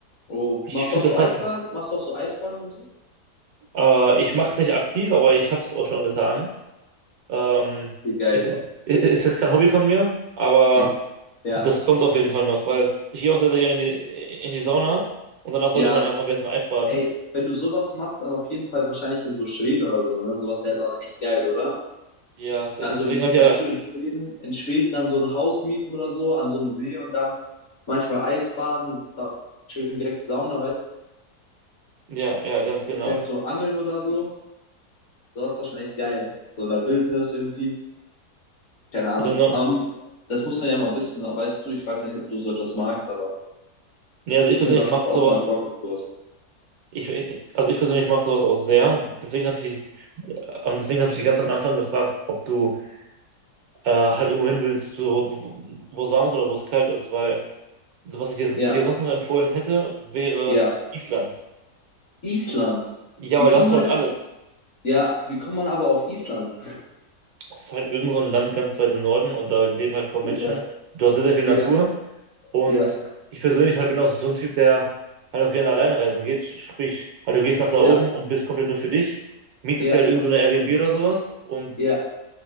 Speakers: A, on the left; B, on the right.
A: Oh,
B: Ich
A: machst
B: finde,
A: du auch so
B: das hat,
A: Eisbahn? Machst du auch so Eisbahn und so?
B: äh, ich mache es nicht aktiv, aber ich habe es auch schon getan. Ähm,
A: Wie geil.
B: es ist, ist jetzt kein Hobby von mir, aber
A: Ja, ja,
B: das kommt auf jeden Fall noch, weil ich gehe auch sehr, sehr gerne in die, in die Sauna und danach sollte
A: ja.
B: man ja auch am besten Eis baden.
A: Ey, wenn du sowas machst, dann auf jeden Fall wahrscheinlich in so Schweden oder so, ne? Sowas wäre dann echt geil, oder?
B: Ja, safe.
A: Also,
B: Deswegen
A: in,
B: habe ich
A: weißt
B: ja,
A: du, in Schweden, in Schweden dann so ein Haus mieten oder so an so einem See und dann manchmal Eisbaden, dann schön direkt Sauna, weil
B: ja, ja, ganz genau.
A: vielleicht so angeln oder so. sowas ist doch schon echt geil. So in der Wildnis irgendwie. Keine Ahnung.
B: Und genau.
A: Ähm, das muss man ja mal wissen. Weißt du, ich weiß ja nicht, ob du so etwas magst, aber
B: Nee, also ich
A: ich
B: persönlich
A: hätte auf
B: mag
A: jeden Fall
B: sowas
A: auch mal Bock auf sowas.
B: Ich, ich- also ich persönlich mag sowas auch sehr. Deswegen habe ich, dich- ähm, deswegen habe ich dich ganz am Anfang gefragt, ob du äh, halt irgendwo hin willst, so, wo wo es warm ist oder wo es kalt ist, weil so was ich dir,
A: Ja,
B: dir sonst noch empfohlen hätte, wäre
A: ja.
B: Island.
A: Island.
B: Ja,
A: Wie
B: weil
A: kommt
B: da hast
A: man
B: du halt
A: denn?
B: alles.
A: Ja, wie kommt man aber auf Island?
B: Es ist halt irgend so ein Land ganz weit im Norden und da leben halt kaum
A: Ja,
B: Menschen. Du hast sehr, sehr viel
A: ja,
B: Natur und
A: ja,
B: ich persönlich halt bin auch so ein Typ, der halt auch gerne alleine reisen geht. Sprich, halt du gehst nach da
A: ja,
B: oben und bist komplett nur für dich mietest
A: ja,
B: dir halt irgend so eine Airbnb oder sowas und
A: ja,